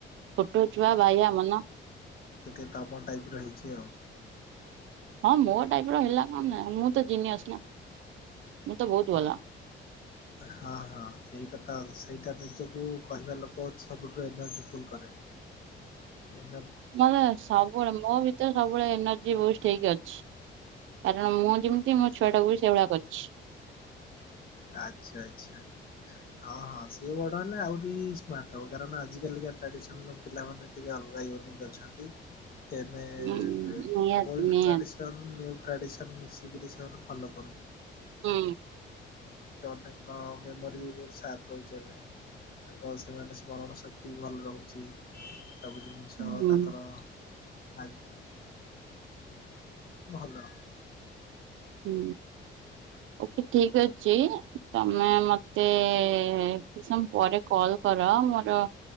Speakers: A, on the right (about 80°); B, on the left (about 50°).
A: ଛୋଟୋଛୁଆ ବାଇଆ ମନ।
B: ଏଠି ତାପ ଟାଇପ ରହିଛି ଆଉ।
A: ହଁ ମୋ ଟାଇପ ର ହେଲା କଣ ନାହିଁ ମୁଁ ତ ଜିନିଅସ ନା ମୁଁ ତ ବହୁତ
B: ହଁ
A: ଭଲ।
B: ହଁ ହଁ ସେଇଟା ତ ସେଇଟା ନିଜକୁ କହିବା ଲୋକ ସବୁଠୁ ଏନର୍ଜିଫୁଲ କରେ। ଏ।
A: ମତେ ସବୁବେଳେ ମୋ ଭ ତ ସବୁବେଳେ ଏନର୍ଜି ବୁଷ୍ଟ ହେଇକି ଅଛି କାରଣ ମୁଁ ଯେମିତି ମୋ ଛୁଆଟାକୁ ବି ସେଇଭଳିଆ କରିଛି।
B: ଆଚ୍ଛା ଆ୍ଛ। ହଁ ହଁ ସିଏ ବଡ ହେଲେ ଆହୁରି ସ୍ମାର୍ଟ ହବ କାରଣ ଆଜିିକାା ଟ୍ରାଡିସନ ପିଲାମାନେ ଟିକେ ଅଲଗା ୟୁନିକ୍ ଅଛନ୍ତି ଟିକିଏ ଅଲଡ
A: ହୁଁ ନିହାତି ନିହାତି।
B: ଟ୍ରାଡିସନ୍‌। ସେମାନେ ନ୍ୟୁ ଟ୍ରାଡ଼ିସନ୍ ମିଶିକିରି ସେମାନେ ଫଲୋ କରୁଛନ୍ତି।
A: ହୁଁ।
B: ତଙ୍କା ମେମରି ବି ବହୁତ ସାତ ଲ ଚଲରେ। ତାଙ୍କ ସେମାନେ ସ୍ମରଣ ଶକ୍ତି ବି ଭଲ ରହୁଛି ସବୁ ଜିନି ଜଣିଷ
A: ହୁଁ
B: ତାଙ୍କର ଆ ଭଲ।
A: ହୁଁ ଓକେ ଠିକ ଅଛି ତମେ ମତେ କି ସମ ପରେ କଲ କର ମୋର